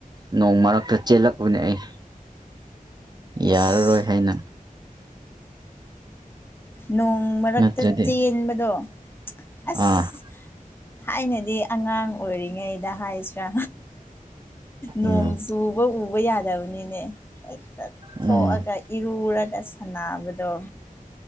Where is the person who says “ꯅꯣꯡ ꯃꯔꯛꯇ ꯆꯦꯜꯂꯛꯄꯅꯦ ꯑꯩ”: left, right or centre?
Right